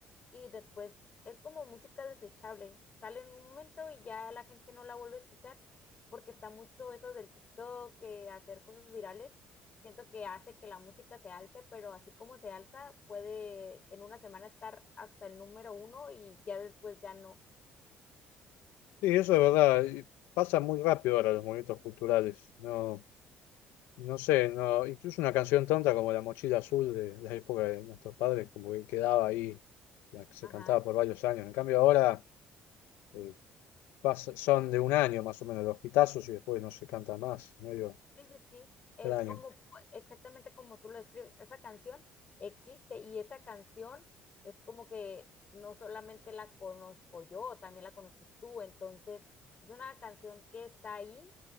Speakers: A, on the left; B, on the left.
A: y después es como música desechable, sale en un momento y ya la gente no la vuelve a escuchar porque está mucho eso del TikTok, que hacer cosas virales, siento que hace que la música se alce, pero así como se alza, puede en una semana estar hasta el número uno y ya después ya no.
B: y eso es verdad, y pasa muy rápido ahora los movimientos culturales, no, no sé, no, incluso una canción tonta como La Mochila Azul de la época de nuestros padres, como que quedaba ahí, la que se
A: Ajá.
B: cantaba por varios años, en cambio ahora eh, pasa- son de un año más o menos los hitazos y después no se canta más, medio
A: Sí, sí, sí, es
B: extraño.
A: como exactamente como tú lo escribes. Esa canción existe y esa canción es como que no solamente la conozco yo, también la conoces tú. Entonces, es una canción que está ahí,